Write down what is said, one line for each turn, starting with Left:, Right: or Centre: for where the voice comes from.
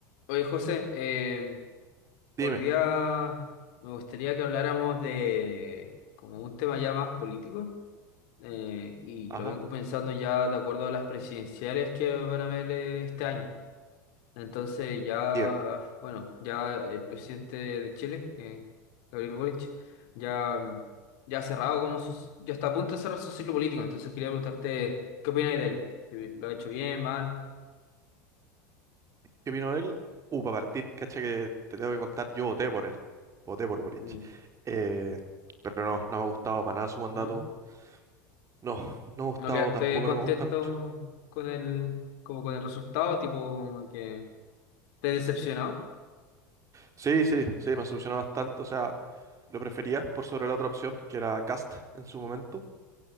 Left: Oye, José, eh, hoy
Right: Dime,
Left: día me gustaría que habláramos de como un tema ya más político eh, y
Right: ajá,
Left: lo vengo pensando ya de acuerdo a las presidenciales que van a haber eh, este año. Entonces ya,
Right: Tío,
Left: bueno, ya el presidente de Chile, eh, Gabriel Boric, ya, ya ha cerrado como sus, ya está a punto de cerrar su ciclo político. Entonces quería preguntarte, ¿qué opinas de él? ¿Lo ha hecho bien, mal?
Right: ¿qué vino él? Uh, para partir, caché que te tengo que contar, yo voté por él, voté por Boric.
Left: Mm,
Right: Eh, pero no, no me ha gustado para nada su mandato.
Left: ¿No?
Right: No, no me ha gustado,
Left: No que te
Right: tampoco
Left: contento
Right: no me gusta mucho.
Left: con el, como con el resultado, tipo que te decepcionó
Right: Sí, sí, sí, me solucionó bastante, o sea, lo prefería por sobre la otra opción, que era Cast en su momento,